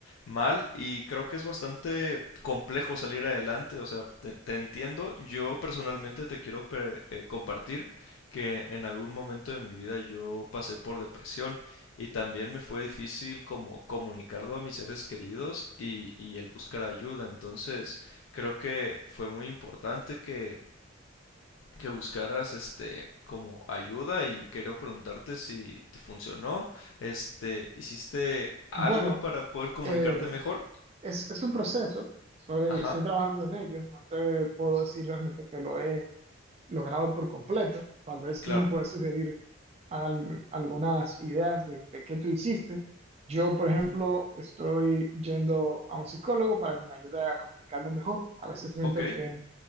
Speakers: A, on the left; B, on the right.
A: mal y creo que es bastante complejo salir adelante, o sea, te, te entiendo, yo personalmente te quiero pre- eh, compartir que en algún momento de mi vida yo pasé por depresión y también me fue difícil como comunicarlo a mis seres queridos y, y el buscar ayuda, entonces creo que fue muy importante que que buscaras este como ayuda y quiero preguntarte si te funcionó, este, ¿hiciste algo
B: Bueno.
A: para poder comunicarte
B: eh,
A: mejor?
B: Es, es un proceso, soy,
A: Ajá,
B: estoy trabajando en ello, no te puedo decir realmente que lo he logrado por completo. Tal vez
A: claro.
B: tú me puedes sugerir al- algunas ideas de, de qué tú hiciste. Yo, por ejemplo,
A: Ujú.
B: estoy yendo a un psicólogo para que me ayude a comunicarme mejor. A veces siento
A: Ok.
B: que